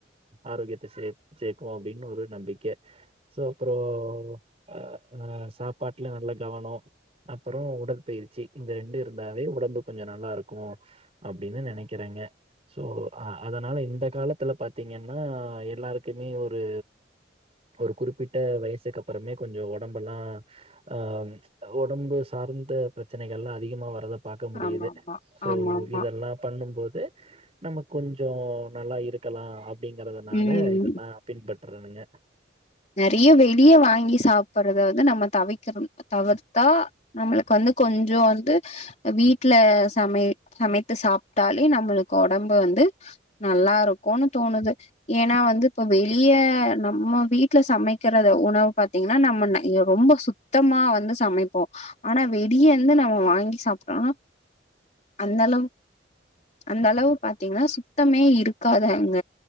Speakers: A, on the right (about 35°); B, on the left (about 35°).
A: ஆரோக்கியத்த சே சேக்கு அப்டின்னு ஒரு நம்பிக்க சோ அப்றோ அ சாப்பாட்ல நல்ல கவனோ அப்பறோ உடற்பயிற்சி இந்த ரெண்டு இருந்தாவே உடம்பு கொஞ்சோ நல்லாருக்கு அப்டின்னு நெனக்கிறேங்க சோ ஆ அதனால இந்த காலத்துல பாத்தீங்கன்னா எல்லாருக்குமே ஒரு ஒரு குறிப்பிட்ட வயசுக்கப்பறமே கொஞ்ச ஒடம்பல்லா அ உடம்பு சார்ந்த பிரச்சனைகள்ளா அதிகமா வர்த பாக்க முடியிது
B: ஆமா ஆமா
A: சோ
B: ஆமா ஆமா
A: இதெல்லா பண்ணும்போது நமக் கொஞ்சோ நல்லா இருக்கலா அப்டிங்கறதுனால
B: ம்
A: இதெல்லா பின்பட்றேணுங்க
B: நறைய வெளிய வாங்கி சாப்பறத வந்து நம்ம தவிக்கிறனு தவிர்த்தா நம்மளுக்கு வந்து கொஞ்சோ வந்து வீட்ல சமை சமைத்து சாப்ட்டாலே நம்மளுக்கு உடம்பு வந்து நல்லா இருக்குன்னு தோணுது ஏனா வந்து இப்ப வெளிய நம்ம வீட் ட்ல சமைக்கிறது உணவு பாத்தீங்கன்னா நம்ம ரொம்ப சுத்தமா வந்து சமைப்போ ஆனா வெளிய வந்து நம்ம வாங்கி சாப்ட்டாலு அந்தளவ் அந்தளவு பாத்தீங்கன்னா சுத்தமே இருக்காது அங்க